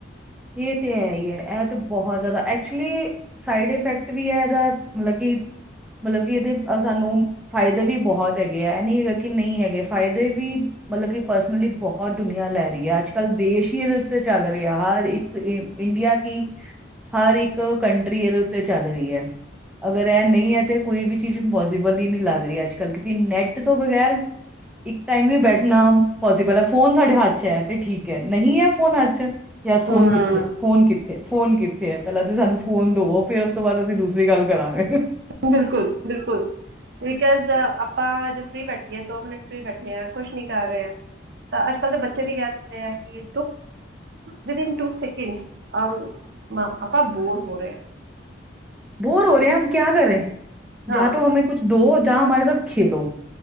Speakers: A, in the centre; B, on the right.
A: ਇਹ ਤੇ ਹੈ ਹੀ ਹੈ ਇਹ ਤੇ ਬਹੁਤ ਜ਼ਿਆਦਾ ਐਕਚੁਲੀ ਸਾਈਡ ਇਫੈਕਟ ਵੀ ਹੈ ਇਹਦਾ ਮਤਲਬ ਕਿ ਮਤਲਬ ਕਿ ਇਹਦੇ ਸਾਨੂੰ ਫਾਇਦੇ ਵੀ ਬਹੁਤ ਹੈਗੇ ਆ ਇਹ ਨਹੀਂ ਹੈਗਾ ਕਿ ਨਹੀਂ ਹੈਗੇ ਫਾਇਦੇ ਵੀ ਮਤਲਬ ਕਿ ਪਰਸਨਲੀ ਬਹੁਤ ਦੁਨੀਆਂ ਲੈ ਰਹੀ ਹੈ ਅੱਜ ਕੱਲ੍ਹ ਦੇਸ਼ ਹੀ ਇਹਦੇ ਉੱਤੇ ਚੱਲ ਰਿਹਾ ਹਰ ਇੱਕ ਇ ਇੰਡੀਆ ਕੀ ਹਰ ਇੱਕ ਕੰਟਰੀ ਇਹਦੇ ਉੱਤੇ ਚੱਲ ਰਹੀ ਹੈ ਅਗਰ ਇਹ ਨਹੀਂ ਹੈ ਤੇ ਕੋਈ ਵੀ ਚੀਜ਼ ਇਪੋਸੀਬਲ ਹੀ ਨਹੀਂ ਲੱਗ ਰਹੀ ਅੱਜ ਕੱਲ੍ਹ ਕਿਉਂਕਿ ਨੈੱਟ ਤੋਂ ਬਗੈਰ ਇੱਕ ਟਾਈਮ ਵੀ ਬੈਠਣਾ ਪੋਸੀਬਲ ਹੈ ਫੋਨ ਸਾਡੇ ਹੱਥ 'ਚ ਹੈ ਅਤੇ ਠੀਕ ਹੈ ਨਹੀਂ ਹੈ ਫੋਨ ਹੱਥ 'ਚ ਯਾਰ ਫੋਨ
B: ਹੂੰ
A: ਕਿਤੇ ਫੋਨ ਕਿੱਥੇ ਫੋਨ ਕਿੱਥੇ ਹੈ ਪਹਿਲਾਂ ਤਾਂ ਸਾਨੂੰ ਫੋਨ ਦਵੋ ਫੇਿਰ ਉਸ ਤੋਂ ਬਾਅਦ ਅਸੀਂ ਦੂਸਰੀ ਗੱਲ ਕਰਾਂਗੇ
B: ਬਿਲਕੁਲ-ਬਿਲਕੁਲ ਬਿਕਜ਼, ਤਾਂ ਅੱਜ ਫਰੀ ਬੈਠੀ ਆ ਦੋ ਮਿੰਟ ਫਰੀ ਬੈਠੇ ਆ ਕੁਛ ਨੀ ਕਰ ਰਹੇ। ਅੱਜ ਕੱਲ ਦੇ ਬੱਚੇ ਵੀ ਕਹਿ ਦਿੰਦੇ ਆ ਕਿ ਵਿਦਇਨ ਟੂ ਸੈਕੰਡ ਅਹ ਮ ਪਾਪਾ ਬੋਰ ਹੋ ਰਹੇ ਆ
A: ਬੋਰ ਹੋ ਰਹੇ ਹਮ ਕਿਆ ਕਰ ਰੇ
B: ਹਾਂ
A: ਜਾਂ ਤ ਹਮੇ ਕੁਛ ਦੋ ਜਾਂ ਹਮਾਰੇ ਸਾਥ ਖੇਲੋ